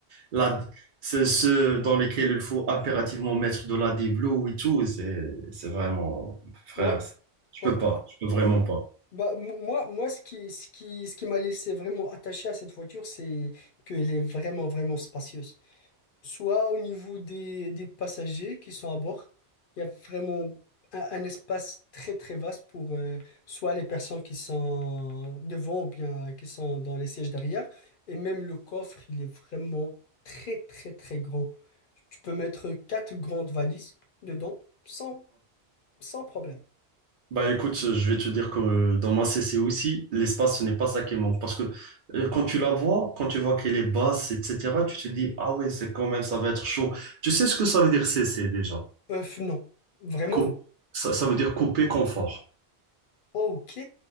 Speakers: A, on the right (about 55°); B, on the left (about 60°).
A: La, c'est ceux dans lesquels il faut impérativement mettre de la D-Blue et tout. C'est, c'est vraiment, frère,
B: Ouais,
A: c'est- je
B: ouais.
A: peux pas, je peux vraiment pas.
B: Bah, mo- moi, moi, ce qui, ce qui, ce qui m'a laissé vraiment attaché à cette voiture, c'est qu'elle est vraiment, vraiment spacieuse. soit au niveau des, des passagers qui sont à bord. Il y a vraiment un, un espace très très vaste pour euh, soit les personnes qui sont devant ou bien qui sont dans les sièges derrière. Et même le coffre, il est vraiment très très très grand. Tu peux mettre quatre grandes valises dedans sans, sans problème.
A: Bah écoute, je vais te dire que euh, dans ma CC aussi, l'espace, ce n'est pas ça qui manque. Parce que euh, quand tu la vois, quand tu vois qu'elle est basse, etc., tu te dis, ah ouais, c'est quand même, ça va être chaud. Tu sais ce que ça veut dire CC déjà?
B: Œuf, non. Vraiment
A: Cou-
B: non.
A: ça, ça veut dire couper confort.
B: Ok.